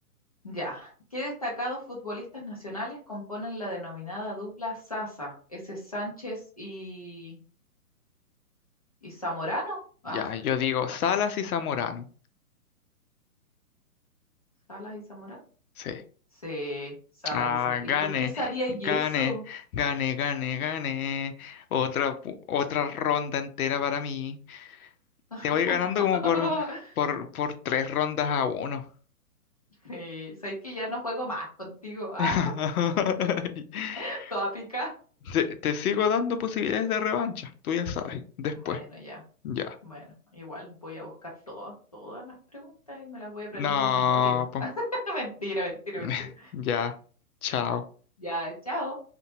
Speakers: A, on the left (about 25°); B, on the left (about 70°).
A: Ya. ¿Qué destacados futbolistas nacionales componen la denominada dupla Sasa? ¿Ese es Sánchez y, y Zamorano? Ah,
B: Ya, yo digo
A: <laughs> no
B: Salas
A: sé.
B: y Zamorano.
A: ¿Salas y Zamorano?
B: Sí.
A: Sí, Salas
B: Ah,
A: y Zamorano.
B: gane,
A: ¿Y por qué sabía y
B: gane,
A: eso?
B: gane, gane, gane. Otra, pu- otra ronda entera para mí.
A: <laughs>
B: Te voy ganando como por, por, por tres rondas a uno.
A: Sí, sabes que ya no juego más contigo, ah,
B: <laughs>
A: <laughs> toda pica.
B: Te, te sigo dando posibilidades de revancha, tú ya sabes, después.
A: Bueno, ya.
B: Ya.
A: Bueno, igual voy a buscar todas, todas las preguntas y me las voy a aprender
B: No,
A: de memoria.
B: po.
A: <laughs> Mentira, mentira,
B: <laughs>
A: mentira.
B: Ya. Chao.
A: Ya, chao.